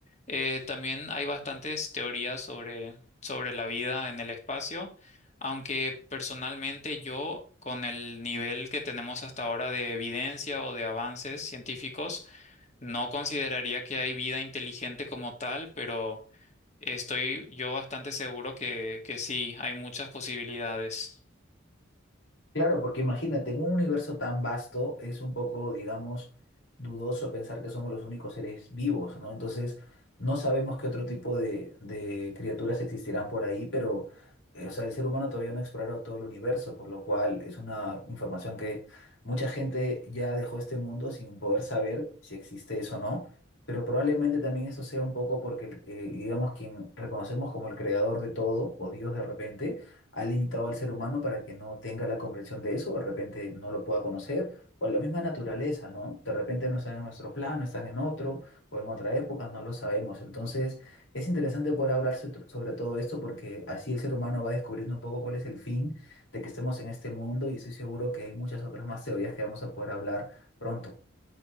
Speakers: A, on the left (about 35°); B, on the left (about 75°).
A: Eh, también hay bastantes teorías sobre, sobre la vida en el espacio, aunque personalmente yo, con el nivel que tenemos hasta ahora de evidencia o de avances científicos, no consideraría que hay vida inteligente como tal, pero estoy yo bastante seguro que, que sí, hay muchas posibilidades.
B: Claro, porque imagínate, en un universo tan vasto es un poco, digamos, dudoso pensar que somos los únicos seres vivos, ¿no? Entonces, no sabemos qué otro tipo de, de criaturas existirán por ahí, pero, eh, o sea, el ser humano todavía no ha explorado todo el universo, por lo cual es una información que mucha gente ya dejó este mundo sin poder saber si existe eso o no, pero probablemente también eso sea un poco porque, el- eh, digamos, quien reconocemos como el creador de todo, o Dios de repente, ha limitado al ser humano para que no tenga la comprensión de eso, de repente no lo pueda conocer, o la misma naturaleza, ¿no? De repente no están en nuestro plano, están en otro, o en otra época, no lo sabemos. Entonces, es interesante poder hablar so- sobre todo esto porque así el ser humano va descubriendo un poco cuál es el fin de que estemos en este mundo y estoy seguro que hay muchas otras más teorías que vamos a poder hablar pronto.